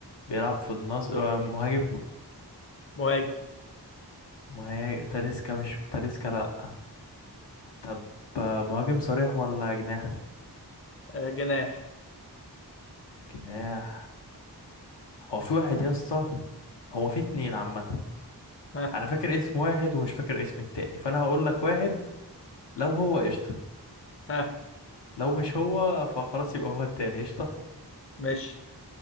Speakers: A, on the left (about 85°); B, on the left (about 35°).
A: بيلعب في النصر آه، مهاجم
B: مهاجم
A: مهاجم تاليسكا مش تاليسكا لأ طب آه، مهاجم صريح ولا جناح
B: آه، جناح
A: جناح هو في واحد يا اسطى هو في اتنين عامة
B: ها
A: انا فاكر اسم واحد ومش فاكر اسم التاني فانا هقول لك واحد لو هو قشطة
B: ها
A: لو مش هو فخلاص يبقى هو التاني قشطة
B: ماشي